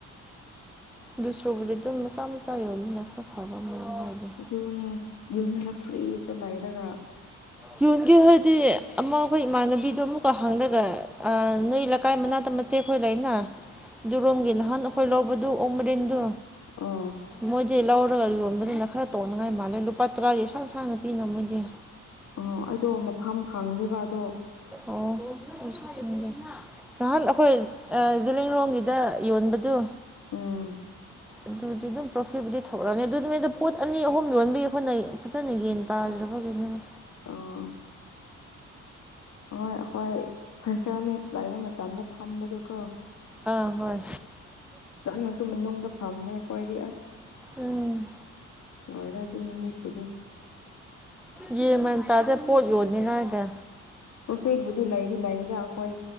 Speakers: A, in the centre; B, on the left.
A: ꯗꯨꯁ꯭ꯔꯨꯕꯨꯗꯤ ꯑꯗꯨꯝ ꯃꯆꯥ ꯃꯆꯥ ꯌꯣꯟꯕꯅꯤꯅ ꯈꯔ ꯐꯕ ꯑꯃ ꯍꯥꯏꯗꯤ
B: ꯑꯗꯨꯅꯦ ꯌꯨꯝꯗ ꯐ꯭ꯔꯤꯗ ꯂꯩꯔꯒ
A: ꯌꯣꯟꯒꯦ ꯍꯥꯏꯗꯤ ꯑꯃ ꯑꯩꯈꯣꯏ ꯏꯃꯥꯟꯅꯕꯤꯗꯣ ꯑꯃꯨꯛꯀ ꯍꯪꯔꯒ ꯑ ꯅꯣꯏ ꯂꯩꯀꯥꯏ ꯃꯅꯥꯛꯇ ꯃꯆꯦ ꯈꯣꯏ ꯂꯩꯅꯥ ꯗꯨꯔꯣꯝꯒꯤ ꯅꯍꯥꯟ ꯑꯩꯈꯣꯏ ꯂꯧꯕꯗꯨ ꯑꯣꯛ ꯃꯔꯤꯟꯗꯨ
B: ꯑꯣ
A: ꯃꯣꯏ ꯗꯤ ꯂꯧꯔꯒ ꯌꯣꯟꯕꯗꯨꯅ ꯈꯔ ꯇꯣꯡꯅꯉꯥꯏ ꯃꯥꯜꯂꯦ ꯂꯨꯄꯥ ꯇꯔꯥꯒꯤ ꯏꯁꯥꯡ ꯁꯥꯡꯅ ꯄꯤꯅ ꯃꯣꯏꯗꯤ
B: ꯑꯣ ꯑꯩꯗꯣ ꯃꯐꯝ ꯈꯪꯗꯦꯕ ꯑꯗꯣ
A: ꯑꯣ ꯑꯩꯁꯨ ꯈꯪꯗꯦ ꯅꯍꯥꯟ ꯑꯩꯈꯣꯏ ꯑ ꯖꯤꯂꯤꯡꯔꯣꯡꯒꯤꯗ ꯌꯣꯟꯕꯗꯨ
B: ꯎꯝ
A: ꯑꯗꯨꯗꯤ ꯑꯗꯨꯝ ꯄ꯭ꯔꯣꯐꯤꯠꯕꯨꯗꯤ ꯊꯣꯛꯂꯅꯤ ꯑꯗꯨꯃꯤꯗꯨ ꯄꯣꯠ ꯑꯅꯤ ꯑꯍꯨꯝ ꯌꯣꯟꯕꯩ ꯍꯣꯠꯅꯩ ꯐꯖꯅ ꯌꯦꯟ ꯇꯥꯗ꯭ꯔꯕ ꯀꯩꯅꯣꯅꯦ
B: ꯑꯣ ꯍꯣꯏ ꯑꯩꯈꯣꯏ ꯐ꯭ꯔꯦꯁꯔ ꯃꯤꯠ ꯂꯩꯕ ꯃꯇꯝꯗ ꯐꯝꯕꯗꯨ ꯀꯣ
A: ꯑꯥ ꯍꯣꯏ
B: ꯆꯪꯉꯁꯨꯝ <unintelligible> ꯅꯨꯡꯗ ꯐꯝꯅꯦ ꯑꯩꯀꯣꯏꯗꯤ ꯑꯁ
A: ꯎꯝ
B: ꯂꯣꯏꯔꯦ ꯑꯗꯨ ꯅꯨꯃꯤꯠꯇꯨꯗꯤ
A: ꯌꯦ ꯃꯥꯟ ꯇꯥꯗꯦ ꯄꯣꯠ ꯌꯣꯟꯅꯤ ꯍꯥꯏꯗꯦ
B: ꯄ꯭ꯔꯣꯐꯦꯠꯕꯨꯨꯗꯤ ꯂꯩꯗꯤ ꯂꯩꯔꯤꯗ ꯑꯩꯈꯣꯏ